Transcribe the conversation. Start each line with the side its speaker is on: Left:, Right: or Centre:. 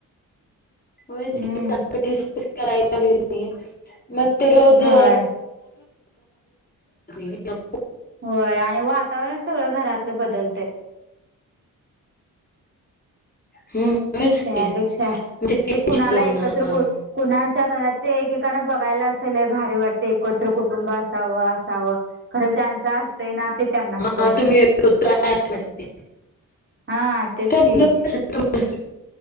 Left: हे सारख
Right: हम्म
Left: तीस पीस करण्यापेक्षा च्या ऐवजी
Right: होय
Left: ण
Right: होय आणि वातावरण सगळं घरातलं बदलते
Left: हम्म होयच की.
Right: त्यापेक्षा
Left: मग चिडचिडून,
Right: ते कुणाला एकत्र
Left: अं,
Right: कुणाच्या घरात ते एकेकाना बघायला अस लय भारी वाटते एकत्र कुटुंब असावं असावं. खरं ज्यांच असतयन,, ते त्यांनाच
Left: हा
Right: कळतय.
Left: तुम्ही एकत्र आहे असं वाटते
Right: हा तेच
Left: त्यांना
Right: कि.
Left: कसं समजतंय?